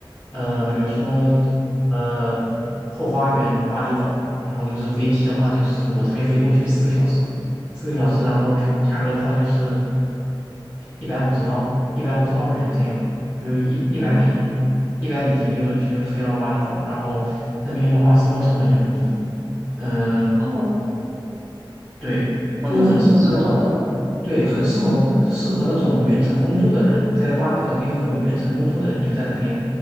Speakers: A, on the left; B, on the right.
A: 呃，比如说，呃，后花园就巴厘岛，然后就是飞机的话，就是我这边飞过去四个小时，四个小时，然后价格的话就是
B: 哦，
A: 一百五十刀，一百五十澳元这样，就是一一百美金，
B: 哇，
A: 一百美金就就飞到巴厘岛，然后那边的话生活成本也很低，嗯，
B: 哦，
A: 对，
B: 那还挺不错的。
A: 就是很适合那种。对，很适合适合那种远程工作的人，在巴厘岛那边有很多远程工作的人就在那边，